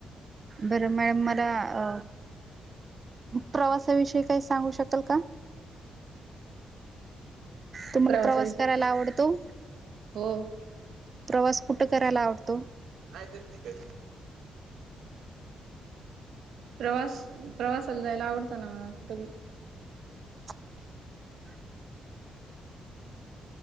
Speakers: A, on the right (about 30°); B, on the right (about 75°).
A: बरं मॅडम मला अ प्रवासाविषयी काही सांगू शकाल का तुम्हाला
B: प्रवासाविषयी
A: प्रवास करायला आवडतो
B: हो
A: प्रवास कुठं करायला आवडतो
B: काय करते ग प्रवास प्रवासाला जायला आवडतो ना मला कुठबी
A: <unintelligible>